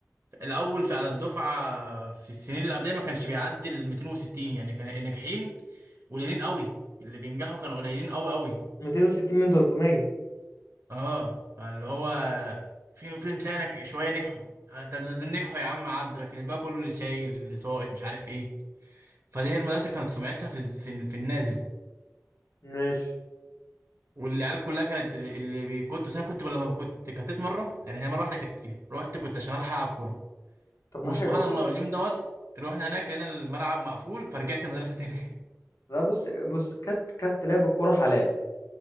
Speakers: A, on the right (about 60°); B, on the left (about 85°).
A: الاول في على الدفعة في السنين اللي قبلها ما كانش بيعدي ال 260 يعني كان الناجحين قليلين قوي اللي بينجحوا كانوا قليلين قوي قوي
B: 260 من 300
A: اه فاللي هو فين وفين تلاقي نج- شوية نجحوا حتى دول اللي نجحوا يا عم عدوا لكن الباقي كله اللي شايل اللي ساقط مش عارف ايه فدي هي المدرسة كانت سمعتها في الز- في, في النازل
B: ماشي
A: والعيال كلها كانت اللي اللي بيكت بس انا كنت لما كنت كتت مره يعني هي مره واحده كتت فيها رحت كنت عشان اروح العب كوره
B: طب
A: وسبحان
B: ما حلو
A: الله اليوم دوت رحنا هناك لقينا الملعب مقفول فرجعت المدرسه تاني
B: لا بص بص كات كات لعب الكوره حلال